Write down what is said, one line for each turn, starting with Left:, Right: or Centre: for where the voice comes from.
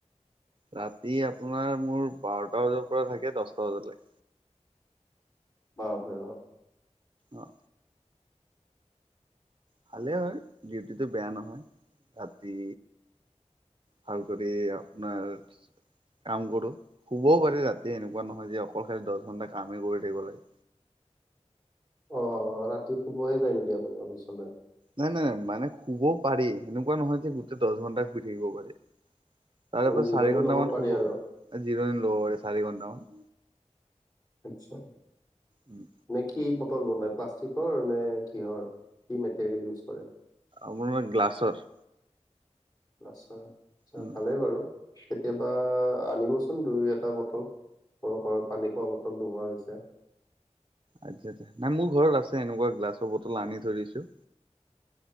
Right: ৰাতি আপোনাৰ মোৰ বাৰটা বজাৰ পৰা থাকে দছটা বজালৈ
Left: বাপৰে বাপ
Right: অঁ ভালেই
Left: অ
Right: হয় ডিউটিটো বেয়া নহয় ৰাতি ভাল কৰি আপোনাৰ কাম কৰো শুবও পাৰি ৰাতি এনেকুৱা নহয় যে অকল খালি দহ ঘণ্টা কামেই কৰি থাকিব লাগে।
Left: অ', অ' ৰাতি শুবহে যায় নেকি আপুনি অফিচলৈ?
Right: নাই নাই মানে শুবও পাৰি সেনেকুৱা নহয় যে গোট দহ ঘন্টাই শুই থাকিব পাৰি। তাৰে
Left: মানে
Right: পৰা
Left: জিৰণি
Right: চাৰি ঘন্টা
Left: লব
Right: মান
Left: পাৰি
Right: শুব
Left: আৰু
Right: জিৰণি ল'ব পাৰি চাৰি ঘণ্টামান।
Left: আচ্ছা।
Right: উম।
Left: নে কি বটল বনাই প্লাষ্টিকৰ নে কিহৰ কি মেটেৰিয়েল ইউজ কৰে?
Right: আপোনাৰ গ্লাছৰ।
Left: গ্লাছৰ আচ্ছা
Right: উম
Left: ভালেই বাৰু কেতিয়াবা আনিবচোন দুই এটা বটল। সৰু সৰু পানী খোৱা বটল নোহোৱা হৈছে।
Right: আচ্ছা আচ্ছা নাই মোৰ ঘৰত আছে এনেকুৱা গ্লাছৰ বটল আনি থৈ দিছো।